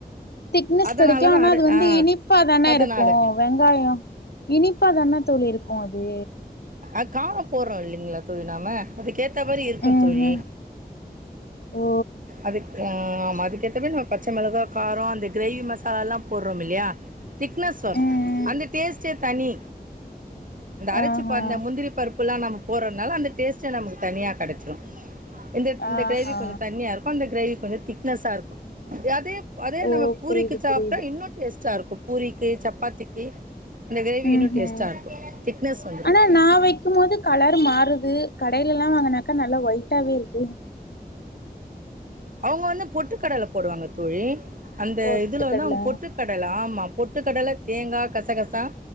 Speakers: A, on the left (about 85°); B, on the right (about 55°).
A: திக்னஸ்
B: அதனாலதா
A: கெடைக்கு ஆனா
B: அர
A: அது வந்து
B: ஆ
A: இனிப்பாதானே
B: அதனால
A: இருக்கு வெங்காய இனிப்பா தான தோழி இருக்கு அது
B: ஆ காரம் போட்றோயில்லிங்களா தோழி நாம அதுக்கேத் தமாரி இருக்கு
A: ம்
B: தோழி
A: ம் ஓ
B: அதுக்குதா ஆ ஆமா அதுக்கேத்த மாரி நம்ம பச்சை மிளகா காரோ அந்த கிரேவி மசாலா எல்லா போடுறோ இல்லையா திக்னஸ் வரு
A: ம் ம்
B: அந்த டேஸ்ட்டே தனி அந்த அரச்சு
A: ஆஹா
B: பன்ன முந்திரி பருப்பு புல்லா நம்ம போடறனால அந்த டேஸ்டே நமக்கு தனியா கெடச்சிரு இந்த இந்த
A: ஆஹா
B: கிரேவி கொஞ்சோ தண்ணியா இருக்கு அந்த கிரேவி கொஞ்சோ திக்னஸ்ஸா இருக்கு அது எ அதே
A: ஓ
B: நம்ம பூரிக்கு
A: புரியுது
B: சாப்டா
A: புரியுது
B: இன்னு டேஸ்ட்டா இருக்கு பூரிக்கு சப்பாத்திக்கு இந்த கிரேவி
A: ம்
B: இன்னும்
A: ஹும்
B: டேஸ்ட்டாக இருக்கும் திக்னஸ் வந்துடும்
A: ஆனா நா வெக்கும்போது கலர் மாறுது கடையில எல்லா வாங்குனாக்கா நல்லா ஒயிட்டாவே இருக்கு
B: அவுங்க வந்து பொட்டுக்கடல போடுவாங்க தோழி அந்த
A: பொட்டுக்கடல
B: இதுல வந்து அவுங்க பொட்டுக்கடல ஆமா பொட்டு பொட்டுக் கடல தேங்கா கசக தா